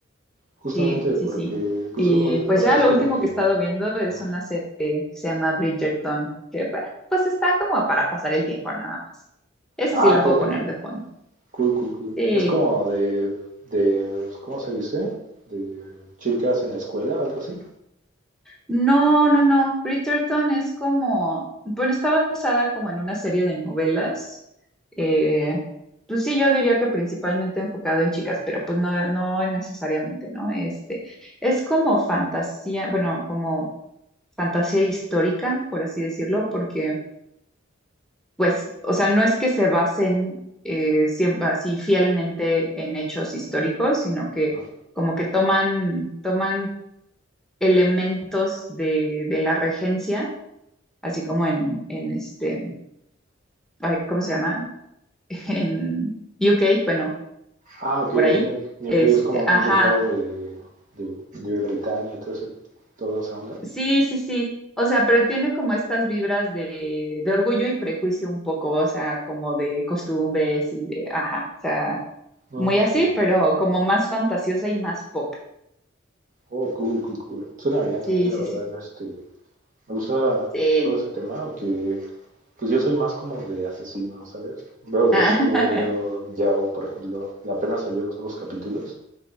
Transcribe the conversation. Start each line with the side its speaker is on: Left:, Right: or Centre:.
Right: Justamente
Centre: sí, sí,
Right: porque,
Centre: sí.
Right: pues,
Centre: Y
Right: o-
Centre: pues
Right: a veces
Centre: ya lo
Right: como
Centre: último
Right: que...
Centre: que he estado viendo es
Right: Ajá.
Centre: una serie que se llama Bridgerton, que pues pues, está como para pasar el tiempo nada más. Esa
Right: Ah,
Centre: sí la
Right: ok,
Centre: puedo
Right: ok.
Centre: poner de fondo.
Right: Cool, cool, cool.
Centre: Sí.
Right: Es como de, de, ¿cómo se dice? De chicas en la escuela, algo así.
Centre: No, no, no. Bridgerton es como, bueno, está basada como en una serie de novelas. Eh, pues sí, yo diría que principalmente enfocado en chicas, pero pues no, no necesariamente, ¿no? Este, es como fantasía, bueno, como fantasía histórica, por así decirlo, porque pues, o sea, no es que se basen eh, siempre así fielmente en hechos históricos, sino que
Right: ¿no?
Centre: como que toman, toman elementos de, de la regencia así como en, en este, ay, ¿cómo se llama? <laughs> En U K bueno,
Right: Ah, ok,
Centre: por
Right: New,
Centre: ahí.
Right: New
Centre: Este,
Right: Cave es como
Centre: ajá,
Right: un ducado de, de, de Britania y todo ese, toda esa onda.
Centre: sí, sí, sí. O sea, pero tiene como estas vibras de, de orgullo y prejuicio un poco, o sea, como de costumbres y de, ajá, o sea,
Right: Ah,
Centre: muy
Right: Ok,
Centre: así,
Right: ok.
Centre: pero como más fantasiosa y más pop.
Right: Oh, cool, cool, cool. Suena bien,
Centre: Sí,
Right: eh, la
Centre: sí,
Right: verdad,
Centre: sí,
Right: este, me gusta
Centre: sí.
Right: todo ese tema, aunque pues yo soy más como de asesino, ¿sabes? Veo Dexter,
Centre: <laughs>
Right: veo Yao, por ejemplo, apenas salió los nuevos capítulos.